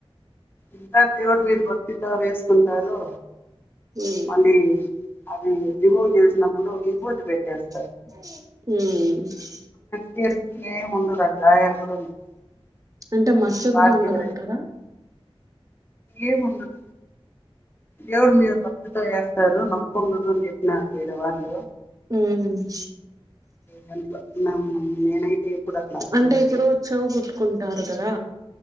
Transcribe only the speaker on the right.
ఉమ్
ఉమ్
అంటే మచ్చ
కూడా
ఉండదంటారా
ఉమ్
అంటే ఇప్పుడు చవు కుట్టుకుంటారు కదా